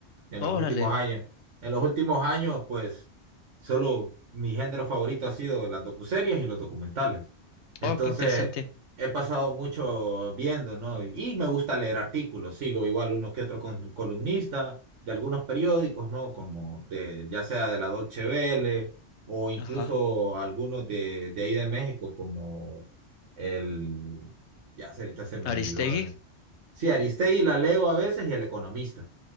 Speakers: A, on the right; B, on the left.
A: en
B: Órale.
A: los últimos años. En los últimos años, pues, solo mi género favorito ha sido las docuseries y los documentales. Entonces,
B: Oh, qué interesante.
A: he pasado mucho viendo, ¿no? Y, y me gusta leer artículos. Sigo igual uno que otro col- columnista de algunos periódicos, ¿no? Como de, ya sea de la Dolce Vele o incluso
B: Ajá.
A: algunos de, de ahí de México, como el... Ya se- ahorita se me olvidó.
B: Aristegui.
A: ¿eh? Sí, Aristegui la leo a veces y El Economista.